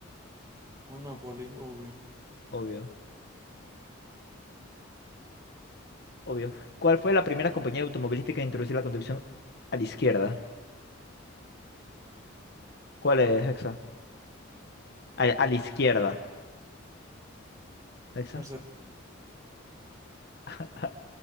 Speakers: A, on the right; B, on the left.
A: Monopoly, obvio.
B: obvio, obvio. ¿Cuál fue la primera compañía automovilística en introducir la conducción a la izquierda? ¿Cuál es, Hexa? A, a la izquierda, Hexa.
A: Mercedes.
B: <laughs>